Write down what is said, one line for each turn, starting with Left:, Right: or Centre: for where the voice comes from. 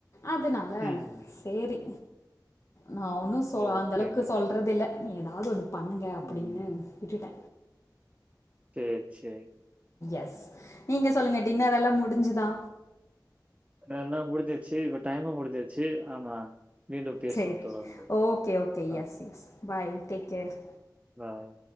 Left: அதனால
Right: ம்.
Left: சேரி நா ஒன்னு சொ
Right: ஓகேங்க.
Left: அந்த அளவுக்கு சொல்றதில்ல ஏதாவது ஒன்னு பண்ணுங்க அப்படினு
Right: ம்.
Left: விட்டுட்ட
Right: சேர் செரிங்
Left: எஸ் நீங்க சொல்லுங்க டின்னரெல்லா முடிஞ்சுதா
Right: இன்னனா முடிஞ்சிருச்சு இப்ப டைமு முடிஞ்சிருச்சு ஆமா மீண்டும் பேசுவோம்
Left: சரி
Right: தொடர்ந்து.
Left: ஓகே ஓகே
Right: அ.
Left: Yes yes bye take care
Right: பாய்